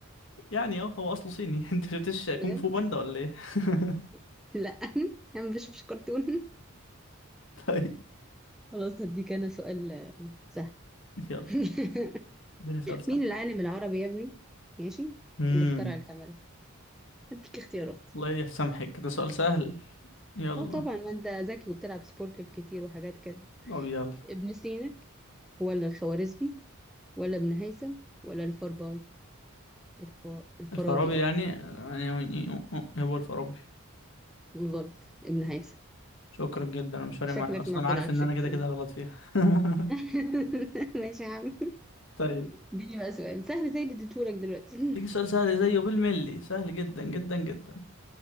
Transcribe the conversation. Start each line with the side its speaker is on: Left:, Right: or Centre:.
Left: يعني اه هو اصله صيني <laughs> انت شفتش كونغ
Centre: بجد
Left: فو باندا ولا ايه <laughs>
Centre: <laughs> لا <laughs> انا مش مش كرتون <laughs>
Left: طيب
Centre: خلاص هديك انا سؤال آه، سهل
Left: يلا
Centre: <laughs>
Left: اديني سؤال سهل
Centre: مين العالم العربي يا ابني ماشي
Left: امم
Centre: اللي اخترع الكاميرا اديك اختيارات
Left: الله يسامحك ده سؤال سهل يلا
Centre: اه طبعا ما انت ذكي وبتلعب سبوركل كتير وحاجات كده
Left: طب يلا
Centre: ابن سينا ولا الخوارزمي ولا ابن هيثم ولا الفارابي الف... الفارابي
Left: الفارابي
Centre: اه
Left: يعني يعني هو الفارابي
Centre: غلط ابن هيثم
Left: شكرا جدا انا مش فارق
Centre: شكلك
Left: معايا اصلا
Centre: ما بتلعبش
Left: عارف ان انا
Centre: كتير
Left: كده كده غلط فيها <laughs>
Centre: <laughs> ماشي يا عم
Left: طيب
Centre: اديني بقى سؤال سهل زي اللي اديتهولك دلوقتي
Left: تيجي سؤال سهل زيه بالملي سهل جدا جدا جدا